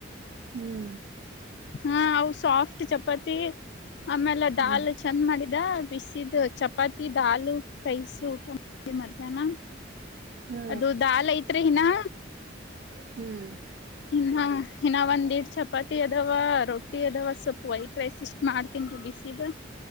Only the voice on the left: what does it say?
ಹಾ ಅವು ಸಾಫ್ಟ್ ಚಪಾತಿ ಆಮೇಲೆ
ದಾಲ್ ಚಂದ ಮಾಡಿದ ಬಿಸಿದ ಚಪಾತಿ ದಾಲ್ ರೈಸು ಊಟ ಮಾಡಿ ಮಧ್ಯಾಹ್ನ
ಅದು ದಾಲ್ ಐತ್ರಿ ಇನಾ
ಇನ್ನ ಇನ್ನ ಒಂದ್ಡ್ ಚಪಾತಿ ಅದಾವ ರೊಟ್ಟಿ ಅದಾವ ಸ್ವಲ್ಪ ವೈಟ್ ರೈಸ್ ಇಷ್ಟ್ ಮಾಡ್ತನ್ೀ ಬಿಸಿದ